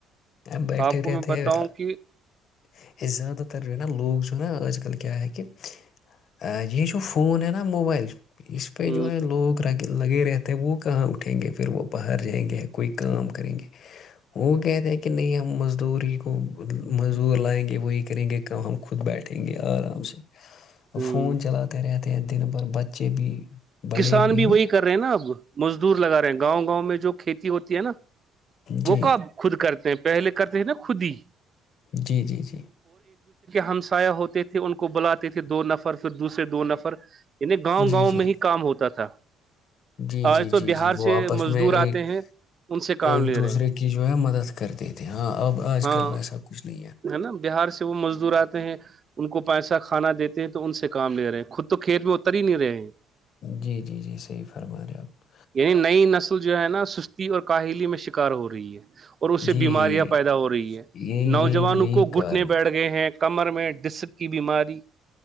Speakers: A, on the left; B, on the right.
A: ہم بیٹھے
B: آپ کو
A: رہتے
B: میں بتاؤں
A: ہیں
B: کہ
A: زیادہ تر رہ لوگ جو نا آج کل کی ہے کہہ یہ جو فون ہے نا موبائل اس پ
B: ہ
A: ج جو ہے لوگ رگیل لگے رہتے ہیں وہ کہاں اٹھیں گے پھر وہ باہر جائیں گے کوئی کام کریں گے ہو گیا تھا کہ نہیں ہم مزدور ہی کو مزدور لائیں گے وہی کریں گے کہ ہم خود بیٹھیں گے آرام سے
B: ہ
A: فون چلاتے رہتے تے ہیں دن بھر بچے بھی بڑے
B: کسان بھی
A: ہے نا
B: وہی کر رہے ہیں نا اب مزدور لگا رہے ہیں گاؤں گاؤں میں جو کھیتی ہوتی ہے نا
A: جی
B: وہ کو خود کرتے ہیں پہلے کرتے ہیں نا خود ہی
A: جی جی جی
B: ہمسایا ہوتے تھے ان کو بلاتے تھے دو نفر پھر دوسرے دو نفر انیں گاؤں
A: جی
B: گاں
A: جی
B: ہی تھا
A: جی
B: آج
A: جی
B: تو
A: جی
B: بہار
A: جی وہ
B: سے
A: آپس
B: مزدور
A: میں ایک
B: آتے ہیں ان سے کام
A: ایک
B: لے
A: دوسرے
B: رہے ہیں
A: کی جو ہے مدد کرتے تھے ہاں اب آج
B: ہاں
A: کل وسا کچھ نہیں
B: ہے نا بہار سے وہ مزدور آتے ہیں ان کو پیسہ کھانا دیتے ہیں تو ان سے کام لے رہے ہیں خود تو کھیت میں اتر ہی نہیں رہے ہیں
A: جی جی جی صحیح فرما رہے آپ
B: یعنی نئی نسل جو ہے نا سستی اور کاہلی میں شکار ہو رہی ہے اور اس سے
A: جی یہی
B: بیماریاں پیدا ہو رہی ہیں
A: یہی
B: نوج
A: یہی
B: کو
A: کارن
B: گھٹنے بیٹھ گئے ہیں کمر میں ڈسپ کی بیماری